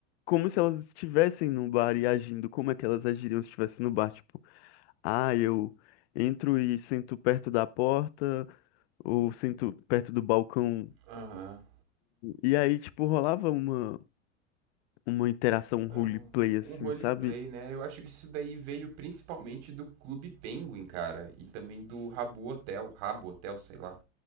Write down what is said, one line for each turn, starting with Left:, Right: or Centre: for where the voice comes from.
Left: como se elas estivessem num bar e agindo, como é que elas agiriam se estivessem no bar, tipo, ah, eu entro e sento perto da porta ou sento perto do balcão.
Right: Aham.
Left: E aí, tipo, rolava uma, uma interação roleplay,
Right: Aham. Um
Left: assim,
Right: um roleplay,
Left: sabe?
Right: né? Eu acho que isso daí veio principalmente do Clube Penguin, cara. E também do Rabu Hotel, Rabo Hotel, sei lá.